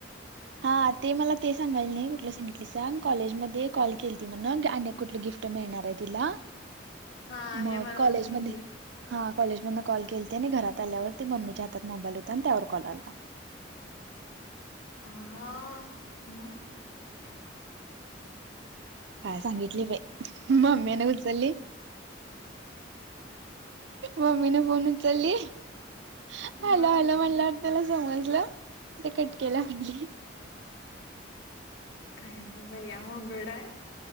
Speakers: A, on the right (about 70°); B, on the left (about 80°).
A: हा ते मला ते सांगायला नाही कुठलं सांगितली सांग, कॉलेजमध्ये कॉल केलती म्हणं आणि कुठ, ल गिफ्ट मिळणार आहे तीला,
B: हा
A: मग
B: हे मला
A: काॅलेजमध्ये
B: पण सांगितले
A: हा काॅलेजमध न कॉल केलती आणि घरात आल्यावर, ते मम्मीच्या हातात मोबाईल होता आणि त्यावर कॉल आलता. <inaudible>
B: आहा म, <unintelligible>
A: काय सांगितली बाई, मम्याने उचलली. मम्मीनं फोन उचलली हॅलो,
B: मग
A: हॅलो म्हणल्यावर, त्याला समजलं ते कट केला म्हणली.
B: काय ग बाई अवघड आहे,